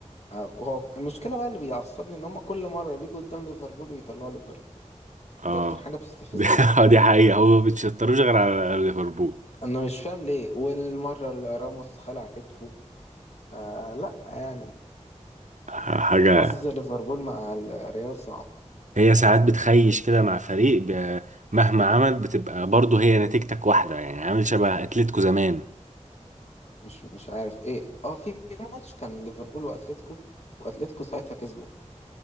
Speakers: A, on the left; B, on the right.
A: آه، هو المشكله بقى اللي بيعصبني ان هم كل مره بيجوا قدام ليفربول ويطلعوا ليفربول يعني
B: اه
A: ده اكتر حاجه بتستفزني
B: <laughs> دي دي حقيقة هو ما بيتشطروش غير على ليفربول
A: انا مش فاهم ليه والمره اللي راموس خلع كتفه فلا يعني
B: حاجة
A: حظ ليفربول مع الريال صعب
B: هي ساعات بتخيش كده مع فريق ب- مهما عمل بتبقى برضه هي نتيجتك واحدة يعني عامل شبه أتلتيكو زمان
A: مش مش عارف ايه اه في ماتش كان ليفربول واتلتيكو واتلتيكو ساعتها كسبوا